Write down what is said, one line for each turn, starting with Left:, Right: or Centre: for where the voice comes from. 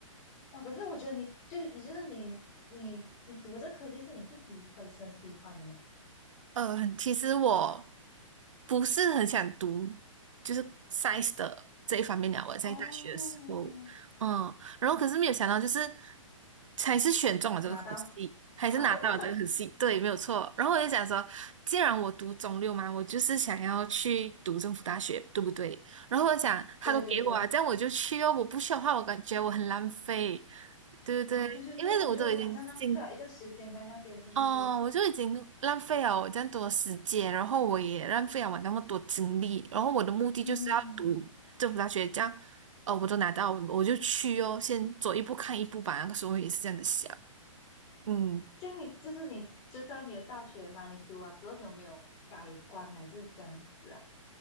Left: 哇，可是我觉得你就是你就是你你你读这科技是你自己本身喜欢的嘛？
Right: 呃，其实我不是很想读，就是 science 的这一方面了。我在大学的时候，
Left: 哦，
Right: 嗯，然后可是没有想到，就是还是选中了这个科系，
Left: 拿到，
Right: 还是拿到了这个科系，
Left: <laughs>
Right: 对，没有错。然后我就想说，既然我读中六嘛，我就是想要去读政府大学，对不对？然后我想，他都给我啊，
Left: 对对对，
Right: 这样我就去哦。我不去的话，我感觉我很浪费，对不对？
Left: 哦对对对，
Right: 因为我都已经进
Left: 你就好像浪费了一个时间在那边，是不是？
Right: 哦，我就已经浪费了我这样多的时间，然后我也浪费了我那么多精力，然后我的目的就是要读政府大学，
Left: 嗯，
Right: 这样，哦，我都拿到，我就去哦，先走一步看一步吧。那个时候也是这样子想，嗯，
Left: 就你就是你就在你的大学嘛，你读啊之后你有没有改观还是这样子啊？